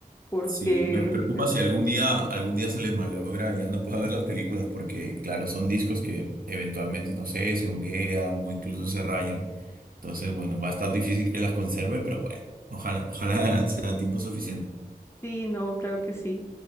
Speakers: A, on the left (about 15°); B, on the right (about 70°).
A: porque
B: Sí, me preocupa
A: ujú,
B: si algún día, algún día se les malogra y ya no pueda ver las películas porque, claro, son discos que eventualmente, no sé, se honguean o incluso se rayan. Entonces, bueno, va a estar difícil que las conserve, pero bueno, ojalá, ojalá <laughs> sea tiempo suficiente.
A: sí, no, claro que sí.